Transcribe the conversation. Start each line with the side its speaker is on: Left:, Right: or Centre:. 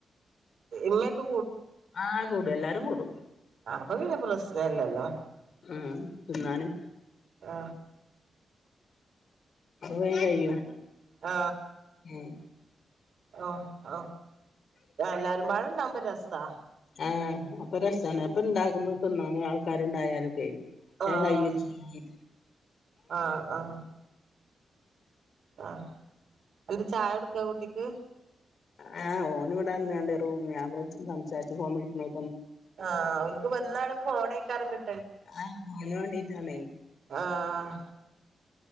Right: എന്നൊക്കെ
Left: ആ കൂടും എല്ലാരും കൂടും
Right: അ അപ്പൊ പിന്നെ പ്രശ്നല്ലല്ലോ
Left: ആ തിന്നാന്
Right: ആ
Left: അത് വേഗം കഴിയും
Right: ആ
Left: ഉം
Right: ആ ആ എല്ലാരും കൂടെ ഉണ്ടാവുമ്പോ രസവാ
Left: ആഹ് അപ്പൊ രസാണ് അപ്പൊ ഇണ്ടാക്കുമ്പോ തിന്നാനും ആൾക്കാരുണ്ടായാലൊക്കെയേ തേങ്ങായും
Right: ആഹ്
Left: ചീകി
Right: ആഹ് ആഹ് അ ഒരു ചായ എടുക്കാ കുട്ടിക്ക്
Left: ആഹ് ഓന് ഇവിടന്നാണ്ട് റൂമി അവൻ <unintelligible> സംസാരിച്ച് ഫോൺ വിളിക്കാ
Right: ആഹ് അവിൽക്ക് വന്നാളും പോണേക്കാരം ഇങ്ങ്
Left: ആഹ് ഫോണ് വേണ്ടീട്ടാണേ,
Right: ആഹ്